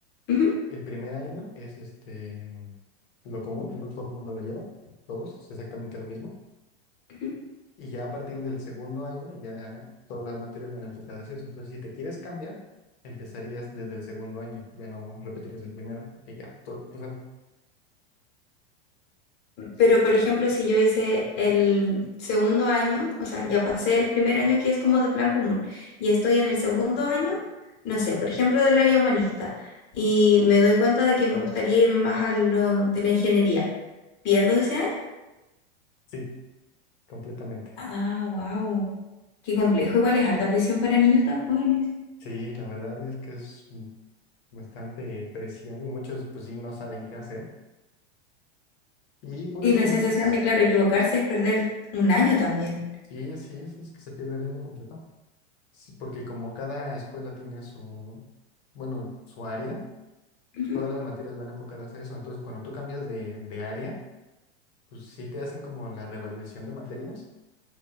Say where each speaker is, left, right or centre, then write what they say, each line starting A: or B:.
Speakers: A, on the left; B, on the left.
A: Ujú,
B: El primer año es este, lo común, lo- todo el mundo lo lleva, todos, es exactamente lo mismo.
A: ujú.
B: Y ya a partir del segundo año, ya todas las materias van enfocadas a eso. Entonces, si te quieres cambiar, empezarías desde el segundo año, ya no repetirás el primero, porque ya todo, o sea,
A: Pero, por ejemplo, si yo hice el segundo año, o sea, ya pasé el primer año que es como de plan común, y estoy en el segundo año, no sé, por ejemplo, del área humanista, y me doy cuenta de que me gustaría irme más a lo de la ingeniería, ¿pierdo ese año?
B: sí, completamente.
A: Ah, wow. Qué complejo. Igual es harta presión para niños tan jóvenes.
B: Sí, la verdad es que es mm, bastante presión y muchos, pues sí, no saben qué hacer. Y por
A: Y
B: eso
A: la
B: muchos,
A: sensación de, claro, equivocarse es perder un año también.
B: sí, así es, es que se pierde el año completo. Sí, porque como cada escuela tiene su, bueno, su área,
A: Ujú.
B: pues todas las materias van enfocadas a eso. Entonces, cuando tú cambias de, de área, pues sí te hacen como la revalidación de materias,